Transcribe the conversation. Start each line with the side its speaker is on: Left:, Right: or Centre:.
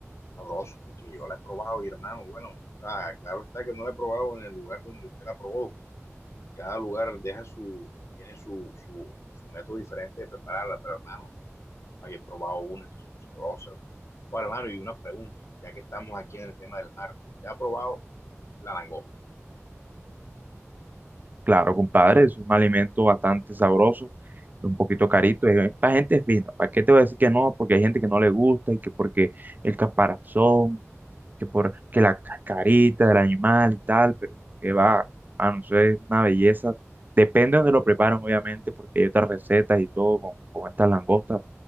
Left: sabroso, porque yo la he probado, y hermano, bueno, o sea, claro está que no la he probado en el lugar donde usted la probó. Cada lugar deja su, tiene su, su, su método diferente de prepararla, pero hermano, ay, he probado unas que son sabrosas, hermano. Bueno, hermano, y una pregunta, ya que estamos aquí en el tema del mar, ¿usted ha probado la langosta?
Right: Claro, compadre, es un alimento bastante sabroso, un poquito carito, es para gente fina. ¿Para qué te voy a decir que no? Porque hay gente que no le gusta y que porque el caparazón, que por que la cascarita del animal y tal, pero que va, hermano, eso es una belleza. Depende de donde lo preparan, obviamente, porque hay otras recetas y todo con, con estas langostas.